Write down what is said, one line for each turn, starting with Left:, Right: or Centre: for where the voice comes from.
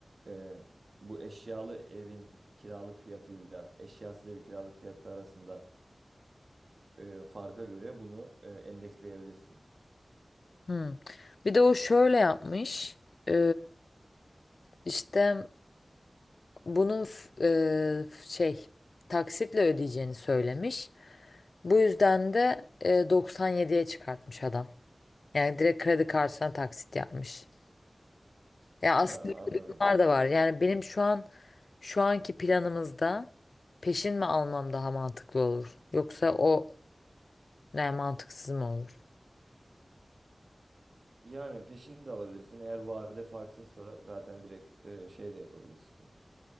Right: e, bu eşyalı evin kiralık fiyatıyla eşyasız evin kiralık fiyatı arasındaki e, farka göre bunu e, endeksleyebilirsin.
Left: Hmm. Bir de o şöyle yapmış. E, işte bunun f- e, f- şey taksitle ödeyeceğini söylemiş. Bu yüzden de e, 97'ye çıkartmış adam. Yani direkt kredi kartına taksit yapmış. Ya aslında
Right: Ha, anladım.
Left: öyle durumlar da var. Yani benim şu an şu anki planımızda peşin mi almam daha mantıklı olur? Yoksa o ne mantıksız mı olur?
Right: Yani peşini de alabilirsin. Eğer vade farksızsa zaten direkt e, şey de yapabilirsin.